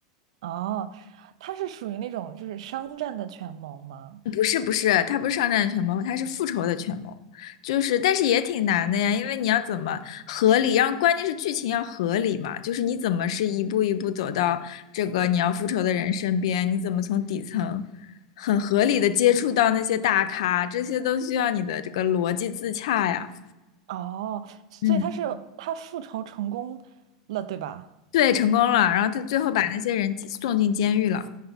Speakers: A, on the right; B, on the left.
A: 哦，他是属于那种就是商战的权谋吗？
B: 不是不是，他不是商战权谋，他是复仇的权谋，就是但是也挺难的呀，因为你要怎么合理，让关键是剧情要合理嘛，就是你怎么是一步一步走到这个你要复仇的人身边，你怎么从底层很合理的接触到那些大咖，这些都需要你的这个逻辑自洽呀。
A: 哦，所以他是他复仇成功了，
B: 嗯，
A: 对吧？
B: 对，成功了，然后他最后把那些人送进监狱了，